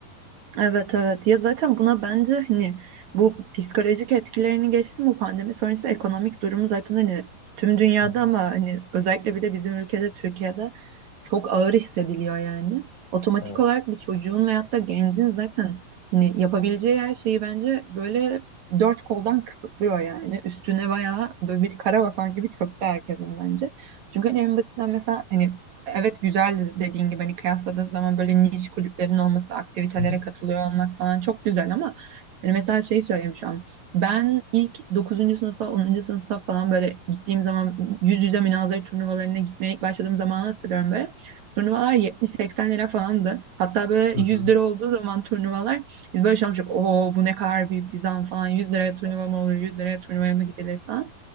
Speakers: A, on the right; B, on the left.
A: Evet evet. Ya zaten buna bence hani bu psikolojik etkilerini geçtim bu pandemi sonrası ekonomik durumu zaten hani tüm dünyada
B: Hı hı.
A: ama hani özellikle bir de bizim ülkede Türkiye'de çok ağır hissediliyor yani. Otomatik
B: Evet.
A: olarak bir çocuğun veyahut da gencin zaten hani yapabileceği her şeyi bence böyle dört koldan kısıtlıyor yani. Üstüne bayağı böyle bir kara basan gibi çöktü herkesin bence. Çünkü hani en basitinden mesela hani evet güzel dediğin gibi hani kıyasladığın zaman böyle niş kulüplerin olması, aktivitelere
B: Hı hı.
A: katılıyor olmak falan çok güzel ama hani mesela şey söyleyeyim şu an. Ben ilk dokuzuncu sınıfa, onuncu sınıfa falan böyle gittiğim zaman yüz yüze münazara turnuvalarına gitmeye ilk başladığım zamanı hatırlıyorum böyle. Turnuvalar 70-80 lira falandı. Hatta böyle
B: Hı hı.
A: 100 lira olduğu zaman turnuvalar biz böyle şey Oo bu ne kadar büyük bir zam falan. 100 liraya turnuva
B: Ya.
A: mı olur? 100 liraya turnuvaya mı gidilir falan.